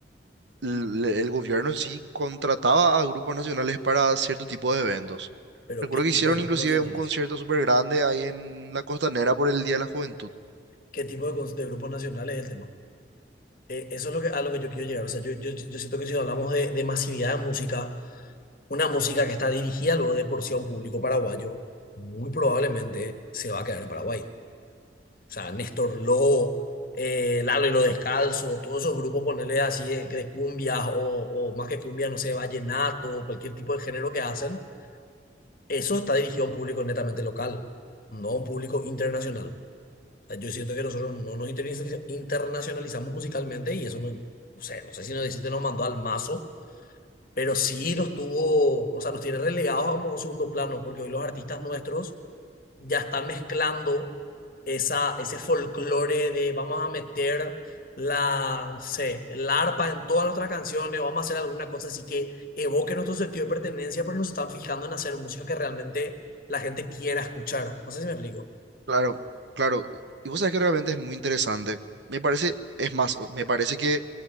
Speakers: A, on the right; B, on the left.
A: l- el, gobierno en sí contrataba a grupos nacionales para cierto tipo de eventos.
B: pero
A: Recuerdo
B: ¿qué tipo
A: que hicieron
B: de grupos
A: inclusive
B: nacionales?
A: un concierto súper grande ahí en la Costanera por el Día de la Juventud.
B: ¿Qué tipo de, cons- de grupos nacionales es el tema? Eh, eso es lo que, a lo que yo quiero llegar. O sea, yo, yo, yo siento que si hablamos de, de masividad de música, una música que está dirigida luego de por sí a un público paraguayo, muy probablemente se va a quedar en Paraguay. O sea, Néstor Lobo, eh, Lalo y los Descalzos, todos esos grupos, ponerles así de, de cumbias o, o más que cumbias, no sé, vallenato o cualquier tipo de género que hacen, eso está dirigido a un público netamente local, no a un público internacional. O sea, yo siento que nosotros no nos internacionaliza- internacionalizamos musicalmente y eso no, no sé, no sé si nos deciste nos mandó al mazo, pero sí nos tuvo, o sea, nos tiene relegados a un segundo plano porque hoy los artistas nuestros ya están mezclando esa, ese folclore de vamos a meter la, no sé, el arpa en todas nuestras canciones, vamos a hacer alguna cosa así que evoque nuestro sentido de pertenencia, pero nos están fijando en hacer música que realmente la gente quiera escuchar. No sé si me explico.
A: Claro, claro. Y vos sabés que realmente es muy interesante. Me parece, es más, o- me parece que